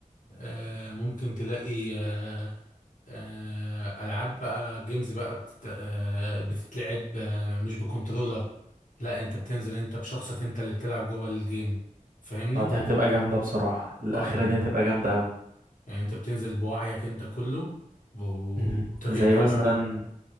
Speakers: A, on the left (about 65°); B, on the right (about 80°).
A: آه، ممكن تلاقي آه، آه، العاب بقى جيمز بقى بتت- آه، بتتلعب آه، مش بكنترولر لا انت بتنزل انت بشخصك انت اللي بتلعب جوه الجيم فاهمني
B: اه دي هتبقى جامدة بصراحة الأخيرة
A: اه يعني
B: دي هتبقى جامدة أوي
A: يعني انت بتنزل بوعيك انت كله و- وتغيب
B: مم. زي
A: تغيب
B: مثلا
A: عن ال-